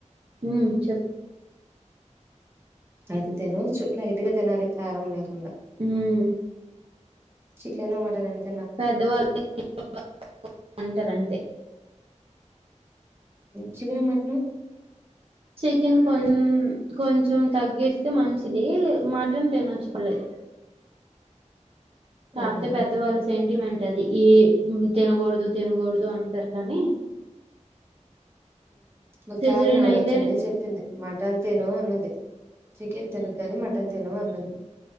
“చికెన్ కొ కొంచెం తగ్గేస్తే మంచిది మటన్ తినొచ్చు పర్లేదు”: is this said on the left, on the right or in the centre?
Right